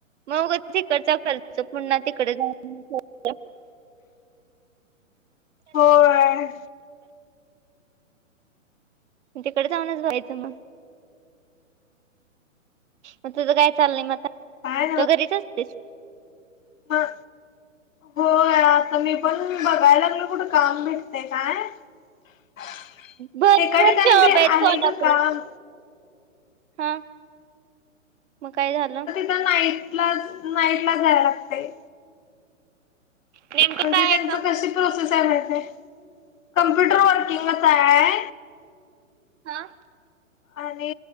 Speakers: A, on the right; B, on the left.
A: मग उग तिकडचा खर्च पुन्हा तिकडे जाऊन
B: होय.
A: तिकड जाऊनच भरायचं मग. मग तुझं काय चाललय मग आता
B: काय
A: का घरीच असतेस?
B: हं. होय आता मी पण बघायला लागलोय कुठ काम भेटतय काय. <inaudible>
A: भरपूर
B: एका ठिकाणी
A: जॉब
B: बी आहे
A: आहेत कोल्हापूरात.
B: ग काम
A: हम्म मग काय झालं?
B: तिथ नाईटलाच नाईटलाच जाया लागतय.
A: नेमकं
B: म्हणजे
A: काय
B: त्यांच
A: आहे काम?
B: कशी प्रोसेस आहे महितय कम्प्युटर वर्किंगचाय.
A: हा.
B: आणि